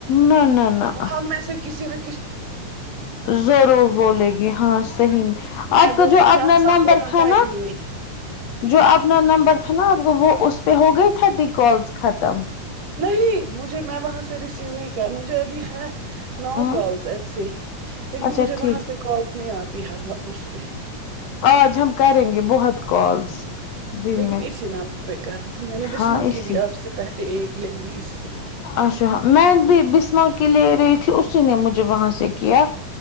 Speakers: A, on the left (about 70°); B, on the right (about 65°).
A: نہ نہ نہ
B: وہ ہم میں سے کسی نے
A: ضرور بولے گی ہاں صحیح
B: میں
A: آپ کا
B: بولوں
A: جو
B: گی
A: اپنا
B: سب
A: نمبر
B: بولا
A: تھا
B: ٹائم
A: نہ
B: ہی نہیں
A: جو اپنا نمبر تھا نا آپ کو وہ اس پہ ہو گئی تھرٹی کالس ختم
B: نہیں مجھے میں وہاں سے ریسیو نہیں کر مجھے ابھی ہے نو
A: ہوں
B: کالز ایسے ہی لیکن
A: اچھا
B: مجھے
A: ٹھیک
B: وہاں سے کالس نہیں آتی ہے اس پہ
A: آج ہم کریں گے بہت کالس دن
B: لیکن
A: میں
B: اسی نمبر پہ کر نا میں نے بسما
A: ہاں اسی
B: کی بھی آپ سے پہلے ایک لے لی اس پہ
A: اچھا میں بھی بسما کے لے رہی تھی اسی نے مجھے وہاں سے کیا